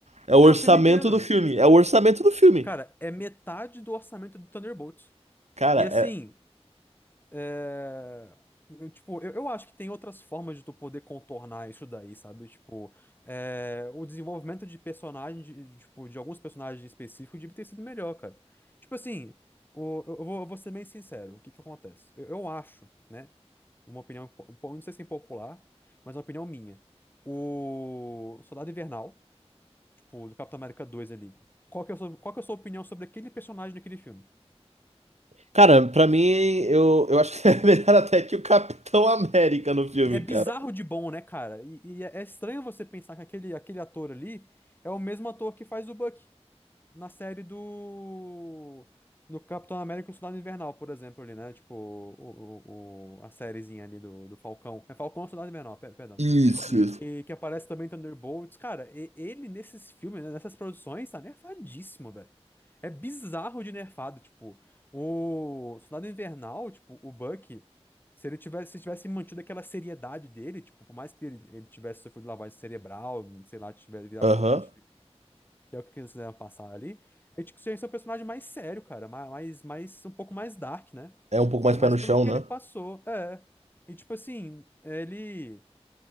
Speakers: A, on the right; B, on the left.
A: É o orçamento
B: É o filme inteiro.
A: do filme, é o orçamento do filme.
B: Cara, é metade do orçamento do Thunderbolts.
A: Cara,
B: E
A: é,
B: assim, É, eu, tipo, eu, eu acho que tem outras formas de tu poder contornar isso daí, sabe? Tipo, é, o desenvolvimento de personagem, de, de, tipo, de alguns personagens específicos devia ter sido melhor, cara. Tipo assim, o- eu, eu vou, eu vou ser bem sincero, o que que acontece? Eu, eu acho, né? Uma opinião, po- po- não sei se é popular, mas é uma opinião minha. O Soldado Invernal, tipo, do Capitão América 2 ali. Qual que é a sua, qual que é a sua opinião sobre aquele personagem naquele filme?
A: cara, pra mim eu, eu acho que é <laughs> melhor até que o Capitão América no filme,
B: É bizarro
A: cara.
B: de bom, né, cara? E, e é é estranho você pensar que aquele, aquele ator ali é o mesmo ator que faz o Buck na série do do Capitão América e o Soldado Invernal, por exemplo, ali, né? Tipo, o, o- o- a sériezinha ali do, do Falcão. É Falcão ou Soldado Invernal, per- perdão.
A: Isso,
B: E,
A: isso.
B: e que aparece também em Thunderbolts. Cara, e- ele nesses filmes, né, nessas produções, tá nerfadíssimo, velho. É bizarro de nerfado, tipo, o Soldado Invernal, tipo, o Bucky, se ele tivesse, se tivesse mantido aquela seriedade dele, tipo, por mais que ele, ele tivesse sofrido lavagem cerebral, sei lá, tivesse, virasse
A: Aham.
B: uma pessoa que é o que eles quiseram passar ali, é de que ser um personagem mais sério, cara, ma- mais, mais, um pouco mais dark, né?
A: É um pouco mais
B: Ainda
A: pé
B: mais
A: no
B: pelo
A: chão,
B: que
A: né?
B: ele passou. É. E tipo assim, ele.